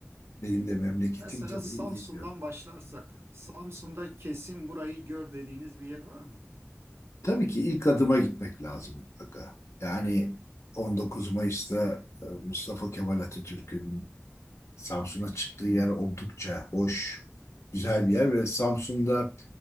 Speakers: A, on the left; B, on the right.
A: Benim de memleketim
B: Mesela
A: tabii
B: Samsun'dan
A: iyi biliyorum.
B: başlarsak, Samsun'da kesin burayı gör dediğiniz bir yer var mı?
A: Tabii ki ilk adıma gitmek lazım mutlaka. Yani 19 Mayıs'ta e, Mustafa Kemal Atatürk'ün Samsun'a çıktığı yer oldukça hoş, güzel bir yer ve Samsun'da